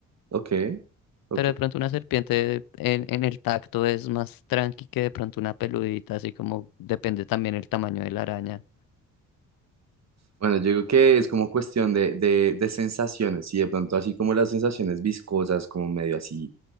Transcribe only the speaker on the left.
Pero de pronto una serpiente en, en el tacto es más tranqui que de pronto una peludita, así como depende también el tamaño de la araña.